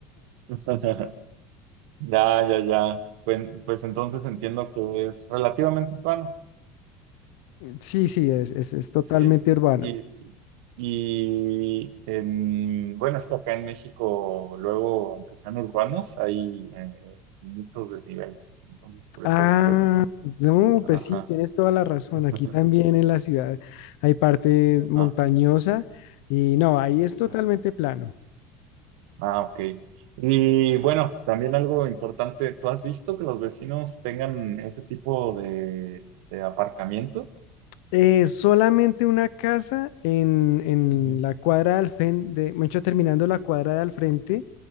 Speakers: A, on the right; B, on the left.
A: <laughs> Ya, ya, ya. Pues, pues entonces entiendo que es relativamente plano,
B: Sí, sí, es, es, es totalmente
A: ¿sí?
B: urbano.
A: Y, y en, bueno, es que acá en México, luego, aunque sean urbanos, hay eh, muchos desniveles. Entonces, por
B: Ah,
A: eso pregunto.
B: no,
A: Ajá.
B: pues sí, tienes toda la razón.
A: <laughs>
B: Aquí también en la ciudad hay parte montañosa
A: Ah,
B: y no, ahí es totalmente
A: ah,
B: plano.
A: ah, ok. Y bueno, también algo importante, ¿tú has visto que los vecinos tengan ese tipo de, de aparcamiento?
B: Eh, solamente una casa en, en
A: Ujú,
B: la cuadra al frente, de hecho, terminando la cuadra de al frente,